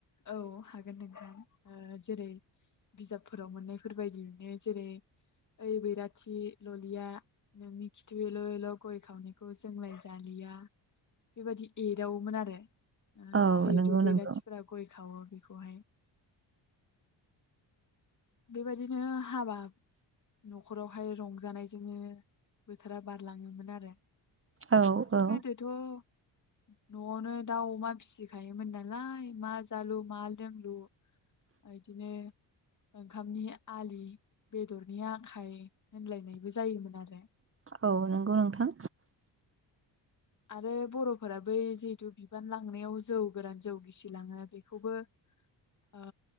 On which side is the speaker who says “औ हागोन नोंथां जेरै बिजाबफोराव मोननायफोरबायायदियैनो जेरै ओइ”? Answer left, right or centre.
Left